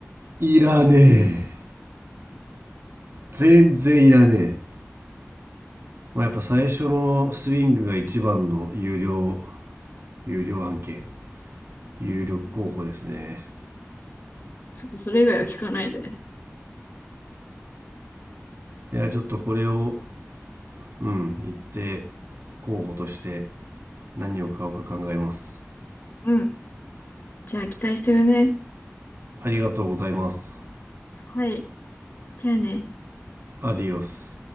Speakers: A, on the right; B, on the left.
A: いらねえ全然いらねえまあ、やっぱ最初のスイングが一番の有料有料案件有力候補ですね
B: うんちょっとそれ以外は聞かないで。
A: いやちょっとこれをうん一定候補として何を買おうか考えます
B: うん。じゃあ、期待してるね。
A: ありがとうございます
B: はい。じゃあね。
A: アディオス